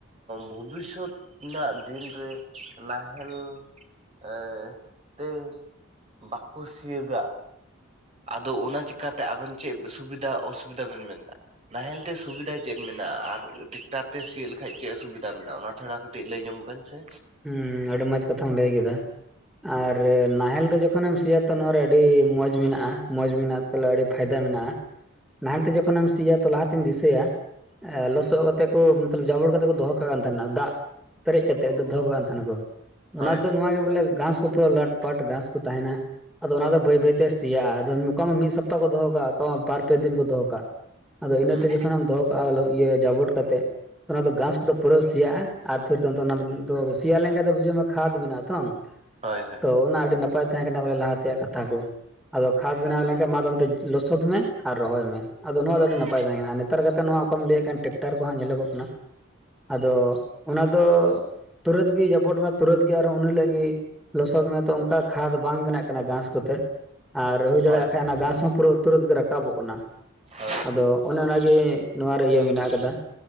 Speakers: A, on the right; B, in the centre.
A: ᱵᱷᱚᱵᱤᱥᱥᱚᱛ ᱨᱮᱱᱟᱜ ᱫᱤᱱᱨᱮ ᱱᱟᱦᱮᱞ ᱮ ᱛᱮ ᱵᱟᱝᱠᱚ ᱥᱤᱭᱟᱹᱜᱟ ᱟᱫᱚ ᱚᱱᱟ ᱪᱤᱠᱠᱟᱛᱮ ᱟᱵᱮᱱ ᱪᱮᱫ ᱥᱩᱵᱤᱫᱟ ᱚᱥᱩᱵᱤᱫᱟ ᱵᱮᱱ ᱢᱮᱱ ᱮᱫᱟ ᱱᱟᱦᱮᱞ ᱛᱮ ᱥᱩᱵᱤᱫᱟ ᱪᱮᱫ ᱢᱮᱱᱟᱜᱼᱟ ᱟᱨ ᱴᱮᱠᱴᱟᱨ ᱛᱮ ᱥᱤᱭᱳᱜ ᱞᱮᱠᱷᱟᱡ ᱪᱮᱫ ᱥᱩᱵᱤᱫᱟ ᱢᱮᱱᱟᱜᱼᱟ ᱚᱱᱟ ᱛᱷᱟᱲᱟᱛ ᱠᱟᱹᱴᱤᱡ ᱞᱟᱹᱭ ᱧᱚᱜ ᱵᱮᱱ ᱥᱮ
B: ᱦᱮᱸ ᱟᱹᱰᱤ ᱢᱚᱸᱡᱽ ᱠᱟᱛᱷᱟᱢ ᱞᱟᱹᱭ ᱠᱮᱫᱟ ᱟᱨ ᱱᱟᱦᱮᱞ ᱫᱚ ᱡᱚᱠᱷᱚᱱᱮᱢ ᱥᱤᱭᱟ ᱛᱚ ᱱᱚᱭᱟᱨᱮ ᱟᱹᱰᱤ ᱢᱚᱸᱡᱽ ᱢᱮᱱᱟᱜᱼᱟ ᱢᱚᱸᱡᱽ ᱢᱮᱱᱟᱜᱼᱟ ᱵᱚᱞᱮ ᱟᱹᱰᱤ ᱯᱷᱟᱭᱫᱟ ᱢᱮᱱᱟᱜᱼᱟ ᱱᱟᱦᱮᱞᱛᱮ ᱡᱚᱠᱷᱚᱱ ᱛᱚ ᱠᱷᱮᱛᱮᱢ ᱥᱤᱭᱟ ᱛᱚ ᱞᱟᱦᱟᱛᱮᱧ ᱫᱤᱥᱟᱹᱭᱟ ᱞᱚᱥᱚᱫ ᱠᱟᱛᱮ ᱠᱚ ᱡᱟᱵᱚᱴ ᱠᱟᱛᱮ ᱠᱚ ᱫᱚᱦᱚ ᱠᱟᱜ ᱱᱟ ᱫᱟᱜ ᱯᱮᱨᱮᱡ ᱠᱟᱛᱮᱫ ᱫᱚᱦᱚ ᱠᱟᱜ ᱠᱟᱱ ᱛᱟᱦᱮᱱᱟᱠᱚ
A: ᱦᱳᱭ
B: ᱚᱱᱟ ᱫᱚ
A: ᱦᱟᱸᱜ
B: ᱱᱚᱣᱟ ᱜᱮ ᱵᱚᱞᱮ ᱜᱷᱟᱸᱥ ᱩᱯᱟᱹ ᱞᱟᱴ ᱯᱟᱴ ᱜᱷᱟᱸᱥ ᱠᱚ ᱛᱟᱦᱮᱱᱟ ᱟᱫᱚ
A: ᱦᱩᱸ
B: ᱚᱱᱟ ᱫᱚ ᱵᱟᱹᱭ ᱵᱟᱹᱭᱛᱮ ᱛᱮ ᱥᱮᱭᱟᱜᱼᱟ ᱟᱫᱚ ᱚᱠᱟ ᱢᱟ ᱢᱤᱫ ᱥᱚᱯᱛᱟᱦᱚ ᱠᱚ ᱫᱚᱦᱚ ᱠᱟᱜᱼᱟ ᱚᱠᱟ ᱢᱟ ᱵᱟᱨ ᱯᱮ ᱫᱤᱱ ᱠᱚ ᱫᱚᱦᱚ ᱠᱟᱜᱼᱟ ᱟᱫᱚ ᱤᱱᱟᱹᱛᱮ
A: ᱦᱩᱸ
B: ᱡᱚᱠᱷᱚᱱᱮᱢ ᱫᱚᱦᱚ ᱠᱟᱜᱼᱟ ᱤᱭᱟᱹ ᱡᱟᱵᱚᱴ ᱠᱟᱛᱮᱜ ᱛ ᱚᱱᱟ ᱫᱚ ᱜᱷᱟᱥ ᱠᱚᱫᱚ ᱯᱩᱨᱟᱹᱥᱮᱭᱟᱜᱼᱟ ᱟᱨ ᱯᱷᱤᱨ ᱛ ᱚᱱᱟ ᱛᱚ ᱥᱮᱭᱟ ᱞᱮᱱᱠᱷᱷᱟᱡ ᱫᱚ ᱵᱩᱡᱷᱟᱹᱣ ᱢᱮ ᱠᱷᱟᱫ ᱵᱮᱱᱟᱜ ᱟᱛᱚ
A: ᱦᱳᱭ ᱦᱳᱭ
B: ᱛᱚ ᱚᱱᱟ ᱟᱹᱰᱤ ᱱᱟᱯᱟᱭ ᱛᱟᱦᱮᱸ ᱠᱟᱱᱟ ᱵᱚᱞᱮ ᱞᱟᱦᱟ ᱛᱮᱭᱟᱜ ᱠᱟᱛᱷᱟ ᱠᱚ ᱟᱫᱚ ᱠᱷᱟᱫᱽ ᱵᱮᱱᱟᱣ
A: ᱦᱩᱸ
B: ᱞᱮᱱᱠᱷᱟᱱ ᱢᱟ ᱚᱱᱛᱮ ᱞᱚᱥᱚᱫ ᱢᱮ ᱟᱨ ᱨᱚᱦᱚᱭ ᱢᱮ ᱟᱫᱚ ᱱᱚᱣᱟ ᱫᱚ ᱟᱹᱰᱤ
A: ᱦᱩᱸ
B: ᱱᱟᱯᱟᱭ ᱛᱟᱦᱮᱸ ᱠᱟᱱᱟ ᱞᱟᱛᱟᱨ ᱠᱟᱛᱮᱫ ᱱᱚᱣᱟ ᱠᱚᱢ ᱞᱟᱹᱭᱮᱫ ᱠᱟᱱ ᱴᱮᱠᱴᱟᱨ ᱠᱚᱦᱜ ᱧᱮᱞᱚᱜᱚᱜ ᱠᱟᱱᱟ ᱟᱫᱚ ᱚᱱᱟ ᱫᱚ ᱛᱩᱨᱟᱹᱛ ᱜᱮ ᱡᱟᱯᱚᱴ ᱢᱮ ᱛᱩᱨᱟᱹᱛ ᱜᱮ ᱟᱨᱦᱚᱸ ᱩᱱ ᱦᱤᱞᱚᱜ ᱜᱮ ᱞᱚᱥᱚᱫ ᱢᱮᱛᱚ ᱚᱱᱠᱟ ᱠᱷᱟᱫᱽ ᱵᱟᱝ ᱵᱮᱱᱟᱜ ᱠᱟᱱᱟ ᱜᱷᱟᱸᱥ ᱠᱚᱛᱮ ᱟᱨ ᱦᱩᱭ
A: ᱦᱳᱭ
B: ᱫᱟᱲᱮᱭᱟᱜ ᱠᱷᱟᱱ ᱚᱱᱟ ᱜᱷᱟᱥ ᱦᱚᱸ ᱯᱩᱨᱟᱹ ᱛᱩᱨᱟᱹᱛ ᱜᱮ ᱨᱟᱠᱟᱵᱚᱜ ᱠᱟᱱᱟ
A: ᱦᱚᱭ
B: ᱟᱫᱚ ᱚᱱᱮ ᱚᱱᱟᱜᱮ ᱱᱚᱣᱟ ᱨᱮ ᱤᱭᱟᱹ ᱢᱮᱱᱟᱜ ᱟᱠᱟᱫᱟ